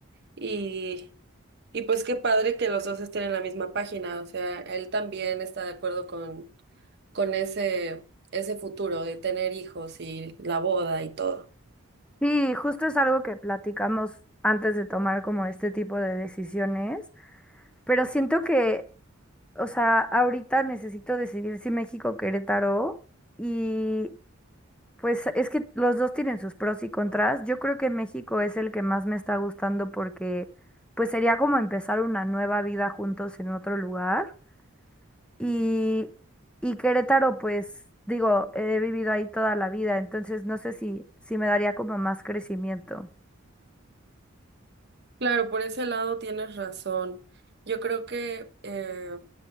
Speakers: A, on the right; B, in the centre.
A: Y, y pues qué padre que los dos estén en la misma página. O sea, él también está de acuerdo con, con ese, ese futuro de tener hijos y la boda y todo.
B: Sí, justo es algo que platicamos antes de tomar como este tipo de decisiones, pero siento que, o sea, ahorita necesito decidir si México o Querétaro y pues es que los dos tienen sus pros y contras. Yo creo que México es el que más me está gustando porque pues sería como empezar una nueva vida juntos en otro lugar. Y, y Querétaro, pues digo, he vivido ahí toda la vida, entonces no sé si, si me daría como más crecimiento.
A: Claro, por ese lado tienes razón. Yo creo que eh,